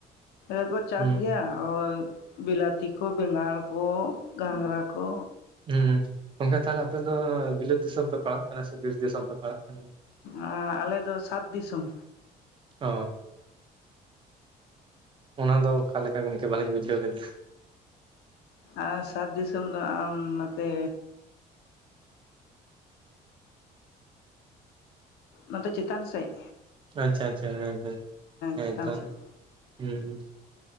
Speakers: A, on the left; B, on the right.
A: ᱮ ᱠᱚ ᱪᱟᱥ
B: ᱦᱩᱸ
A: ᱜᱮᱭᱟ ᱚ ᱵᱤᱞᱟᱹᱛᱤ। ᱛᱤ ᱠᱚ, ᱵᱮᱸᱜᱟᱲ ᱠᱚ, ᱜᱟᱝᱜᱨᱟ ᱠᱚ।
B: ᱦᱮᱸ ᱜᱚᱝᱠᱮ ᱛᱟᱦᱚᱞᱮ ᱟᱯᱮ ᱫᱚ ᱵᱤᱞᱟᱹᱛ ᱫᱤᱥᱚᱢ ᱯᱮ ᱯᱟᱲᱟᱜ ᱠᱟᱱᱟ ᱥᱮ ᱵᱤᱨ ᱫᱤᱥᱚᱢ ᱯᱮ ᱯᱟᱲᱟᱜ ᱠᱟᱱᱟ?
A: ᱟ ᱟᱞᱮ ᱫᱚ ᱥᱟᱛ ᱫᱤᱥᱚᱢ।
B: ᱚ, ᱚᱱᱟ ᱫᱚ ᱚᱠᱟᱞᱮᱠᱟ ᱜᱚᱝᱠᱮ ᱵᱟᱹᱞᱤᱧ ᱵᱩᱡᱷᱟᱹᱣ ᱠᱮᱫᱟ?
A: ᱟᱨ ᱥᱟᱛ ᱫᱤᱥᱚᱢ ᱫᱚ ᱟᱢ ᱱᱚᱛᱮ ᱱᱚᱛᱮ ᱪᱮᱛᱟᱱ ᱥᱮᱜ।
B: ᱟᱪᱪᱷᱟ ᱟᱪᱪᱷᱟ ᱦᱮ, ᱸ ᱦᱮᱸ
A: ᱪᱮᱛᱟᱱ
B: ᱪᱚᱝ
A: ᱥᱮᱫ
B: ᱦᱩᱸ।